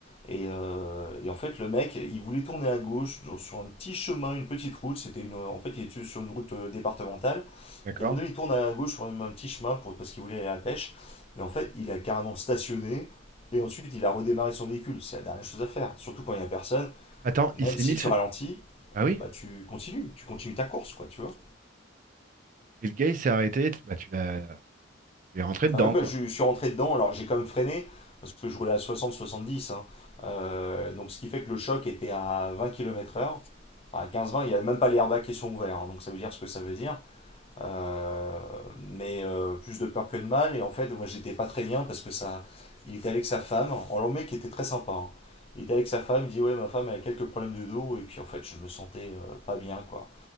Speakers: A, on the left; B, on the right.
A: Et, euh, et en fait, le mec, il voulait tourner à gauche sur un petit chemin, une petite route. C'était une, en fait, il était sur une route euh, départementale.
B: D'accord.
A: Et à un moment donné, il tourne à gauche sur un, petit chemin pour, parce qu'il voulait aller à la pêche. Mais en fait, il a carrément stationné et ensuite il a redémarré son véhicule. C'est la dernière chose à faire. Surtout quand il n'y a personne,
B: Attends,
A: bah, même
B: il s'est
A: si
B: mis
A: tu
B: sur...
A: ralentis,
B: Ah oui?
A: eh bah, tu continues, tu continues ta course, quoi, tu vois.
B: Et le gars, il s'est arrêté. Bah tu l'as... Tu es rentré dedans,
A: Ah ouais, bah,
B: quoi.
A: je suis rentré dedans, alors j'ai quand même freiné parce que je roulais à 60-70. hein. Euh, donc ce qui fait que le choc était à 20 km/h. À 15-20, il n'y avait même pas les airbags qui sont ouverts. hein. donc ça veut dire ce que ça veut dire. Euh, mais euh, plus de peur que de mal. Et en fait, moi, j'étais pas très bien parce que ça. Il était avec sa femme. Alors, le mec était très sympa. hein. Il était avec sa femme, il dit Ouais, ma femme elle a quelques problèmes de dos. Et puis, en fait, je me sentais euh, pas bien, quoi.